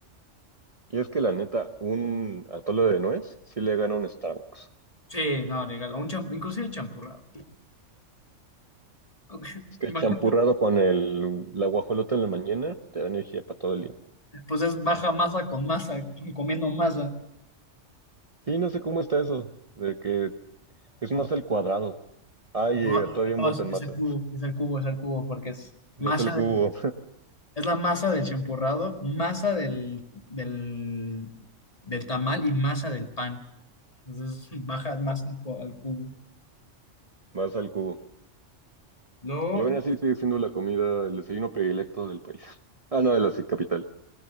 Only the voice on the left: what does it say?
Sí, no, legal. Un cham- inclusive el champurrado. Ok,
Imagínate,
pues es baja masa con masa, comiendo masa.
No,
no,
es,
es
el cubo, es el cubo, es el cubo, porque es masa,
de- es la masa del champurrado, masa del, del, del tamal y masa del pan. Entonces <laughs> baja más al, cu- al cubo.
Luego,